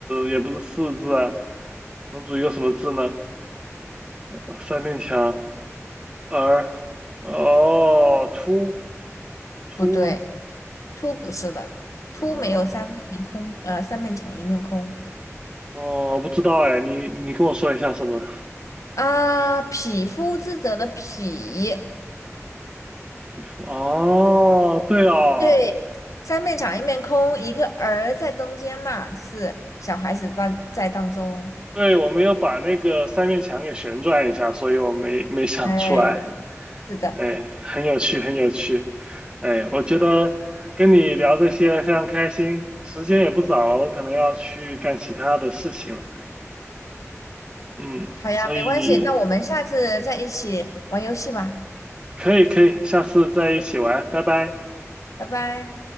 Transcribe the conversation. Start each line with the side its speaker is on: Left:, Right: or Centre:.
Right: 也不是四字啊，能组一个什么字呢？呃三面墙，儿，哦，凸凸吗？
Left: 不对，凸不是的，凸没有三面空，
Right: 呃，
Left: 呃，三面墙一面空
Right: 哦，我不知道哎，你你跟我说一下什么？
Left: 啊。匹夫之责的匹，
Right: 衣服哦，对哦，
Left: 对，三面墙一面空，一个儿在中间嘛，就是小孩子当在当中。
Right: 对，我没有把那个三面墙给旋转一下，所以我没没想出来。
Left: 对，是的，
Right: 哎，很有趣，很有趣。哎，我觉得跟你聊这些非常开心，时间也不早了，我可能要去干其他的事情了。嗯，
Left: 好呀，
Right: 所以
Left: 没关系，那我们下次再一起玩游戏吧，
Right: 可以可以，下次再一起玩，拜拜。
Left: 拜拜。